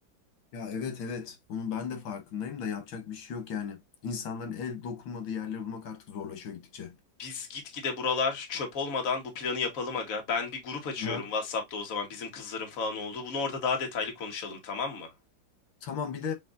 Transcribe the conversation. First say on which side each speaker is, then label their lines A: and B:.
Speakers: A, on the left; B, on the left.
A: Ya evet evet. Bunun ben de farkındayım da yapacak bir şey yok yani. İnsanların el dokunmadığı yerleri bulmak artık zorlaşıyor gittikçe.
B: Biz gitgide buralar çöp olmadan bu planı yapalım aga. Ben bir grup açıyorum
A: Aha.
B: WhatsApp'ta o zaman bizim kızların falan oldu. Bunu orada daha detaylı konuşalım tamam mı?
A: Tamam bir de